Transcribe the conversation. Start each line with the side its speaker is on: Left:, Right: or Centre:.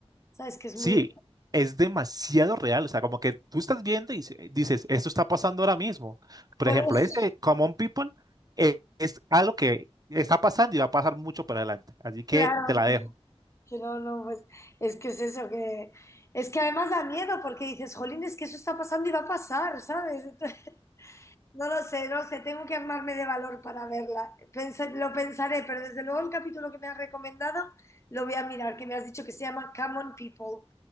Left: ¿Sabes? Que es
Right: Sí,
Left: muy...
Right: es demasiado real. O sea, como que tú estás viendo y dice- dices, esto está pasando ahora mismo. Por
Left: Por
Right: ejemplo,
Left: eso,
Right: este Common People eh, es algo que está pasando y va a pasar mucho para adelante. Así que
Left: claro.
Right: te la dejo.
Left: Que no, no, pues es que es eso, que es que además da miedo porque dices, jolín, es que eso está pasando y va a pasar, ¿sabes? Entonces, <laughs> no lo sé, no sé, tengo que armarme de valor para verla. Pensa- lo pensaré, pero desde luego el capítulo que me has recomendado lo voy a mirar, que me has dicho que se llama Come on People